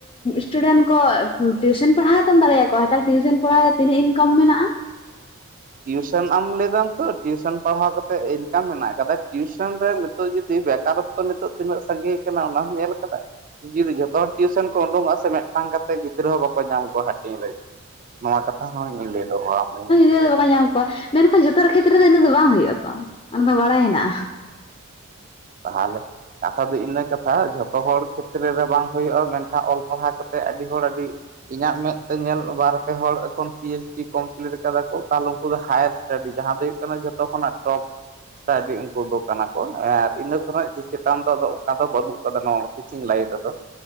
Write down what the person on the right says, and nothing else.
ᱴᱤᱩᱥᱚᱱ ᱟ ᱮᱢ ᱞᱟᱹᱭᱮᱫᱟᱢ ᱛᱚ ᱴᱤᱩᱥᱚᱱ ᱯᱟᱲᱦᱟᱣ ᱠᱟᱛᱮᱜ ᱢᱮᱱᱟᱜ ᱟᱠᱟᱫᱟ ᱴᱤᱭᱩᱥᱚᱱ ᱨᱮ ᱱᱤᱛᱚᱜ ᱡᱩᱫᱤ ᱵᱮᱠᱟᱨᱚᱛ ᱠᱚ ᱱᱤᱛᱚᱜ ᱛᱤᱱᱟᱹᱜ ᱥᱟᱸᱜᱤ ᱟᱠᱟᱱᱟ ᱚᱱᱟᱢ ᱧᱮᱞ ᱡᱩᱫᱤ ᱡᱚᱛᱚ ᱦᱚᱲ ᱴᱤᱭᱩᱥᱚᱱ ᱠᱚ ᱩᱰᱩᱠᱚᱜᱼᱟ ᱥᱮ ᱢᱤᱫᱴᱟᱝ ᱠᱟᱛᱮᱮᱫ ᱜᱤᱫᱽᱨᱟᱹ ᱦᱚᱸ ᱵᱟᱠᱚ ᱧᱟᱢ ᱠᱚᱣᱟ ᱦᱟᱹᱴᱤᱧ ᱨᱮ ᱱᱚᱣᱟ ᱠᱟᱛᱷᱟ ᱦᱚᱸ ᱤᱧᱤᱧ ᱞᱟᱹᱭ ᱫᱚᱦᱚᱣᱟᱜ ᱢᱮᱭᱟ
ᱛᱟᱦᱞᱮ ᱠᱟᱛᱷᱟ ᱫᱚ ᱤᱱᱟᱹ ᱠᱟᱛᱷᱟ ᱡᱷᱚᱛᱚ ᱦᱚᱲ ᱠᱷᱮᱛᱨᱮ ᱨᱮ ᱵᱟᱝ ᱦᱩᱭᱩᱜᱼᱟ ᱢᱮᱱᱠᱷᱟᱱ ᱚᱞ ᱯᱟᱲᱦᱟᱣ ᱠᱟ ᱠᱟᱛᱮᱮᱫ ᱟᱹᱰᱤ ᱦᱚᱲ ᱟᱹᱰᱤ ᱤᱧᱟᱹᱜ ᱢᱮᱫᱛᱮ ᱧᱮᱞ ᱵᱟᱨᱯᱮ ᱦᱚᱲ ᱮᱠᱷᱚᱱ ᱯᱤ ᱮᱭᱤᱪ ᱰᱤ ᱠᱚᱢᱯᱞᱤᱴ ᱠᱟᱫᱟ ᱠᱚ ᱛᱟᱦᱚᱞᱮ ᱩᱱᱠᱩ ᱫᱚ ᱦᱟᱭᱟᱨ ᱥᱴᱟ ᱡᱟᱦᱟᱸ ᱫᱚ ᱦᱩᱭᱩᱜ ᱠᱟᱱᱟ ᱡᱚᱛᱚ ᱠᱷᱚᱱᱟᱜ ᱴᱚᱯ ᱥᱴᱟᱰᱤ ᱩᱱᱠᱩ ᱫᱚ ᱠᱟᱱᱟ ᱠᱚ ᱟᱨ ᱤᱱᱟᱹ ᱠᱷᱚᱱᱟᱜ ᱪᱮᱛᱟᱱ ᱫᱚ ᱟᱫᱚ ᱚᱱᱠᱟ ᱫᱚ ᱵᱟᱹᱱᱩᱜ ᱠᱟᱫᱟ ᱱᱚᱣᱟ ᱴᱤᱪᱤᱝ ᱞᱟᱭᱤᱱ ᱨᱮᱫᱚ